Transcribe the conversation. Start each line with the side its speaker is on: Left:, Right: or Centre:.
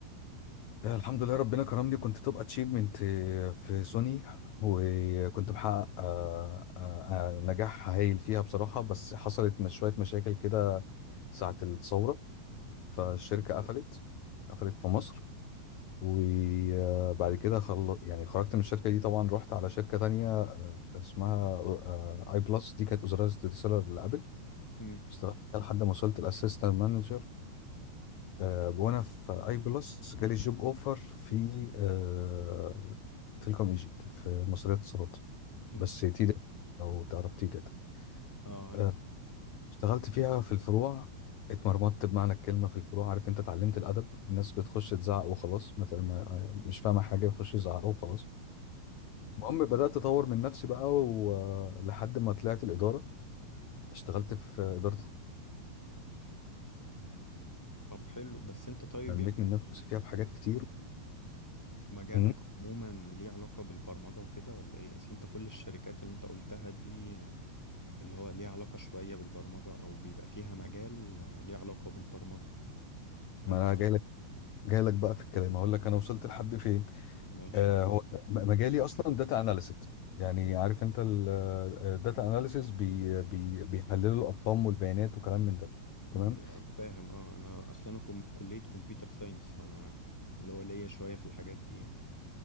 Left: الحمد لله ربنا كرمني كنت توب اتشيفمنت في سوني وكنت محقق آه، آه، آه، نجاح هايل فيها بصراحة بس حصلت مش شوية مشاكل كده ساعة الثورة فالشركة
Centre: مم.
Left: قفلت قفلت في مصر وبعد كده خل... يعني خرجت من الشركة دي طبعا رحت على شركة تانية آه، اسمها اي بلس دي كانت وزارة السيلر لابل
Centre: مم.
Left: اشتغلت فيها لحد ما وصلت الاسيستنت مانجر آه، وانا في اي بلس جالي جوب اوفر في آه، تيليكوم ايجيبت في مصرية اتصالات
Centre: مم.
Left: بس تي داتا لو تعرف تي داتا
Centre: اه عارف
Left: آه، اشتغلت فيها في الفروع اتمرمطت بمعنى الكلمة في الفروع عارف انت اتعلمت الادب الناس بتخش تزعق وخلاص مت- ما- مش فاهمة حاجة يخش يزعقوا وخلاص المهم بدأت أطور من نفسي بقى ولحد ما طلعت الإدارة اشتغلت في إدارة
Centre: طب حلو بس انت طيب
Left: نميت
Centre: يعني
Left: من نفسي فيها في حاجات كتير
Centre: مجالك
Left: مم.
Centre: عموما ليه علاقة بالبرمجة وكده ولا ايه اصل انت كل الشركات اللي انت قلتها دي اللي هو ليه علاقة شوية بالبرمجة او بيبقى فيها مجال ليه علاقة بالبرمجة فانت
Left: ما أنا جاي لك جاي لك بقى في الكلام أقول لك أنا وصلت لحد فين
Centre: ماشي
Left: آه، هو م- مجالي اصلا داتا اناليست يعني عارف انت الداتا اناليسيس بي بي بيحللوا الارقام والبيانات وكلام من ده تمام
Centre: لا، فاهم اه انا اصلا انا كم- كلية كمبيوتر ساينس فانا اللي هو ليا شوية في الحاجات دي يعني